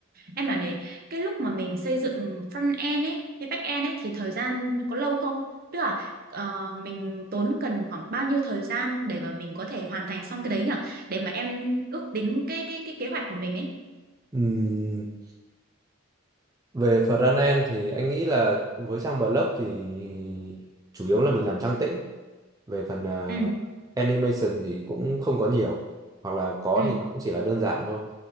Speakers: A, on the right; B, on the right.
A: em bảo này cái lúc mà mình xây dựng front end ấy với back end ấy thì thời gian có lâu không tức là ờ, mình tốn cần khoảng bao nhiêu thời gian để mà mình có thể hoàn thành xong cái đấy nhở để mà em ước tính cái cái cái kế hoạch của mình ấy
B: Ừm, về front end thì anh nghĩ là với trang blog thì chủ yếu là mình làm trang tĩnh về phần ờ,
A: ừ
B: animation thì cũng không có nhiều hoặc là có
A: ừ
B: thì nó cũng chỉ là đơn giản thôi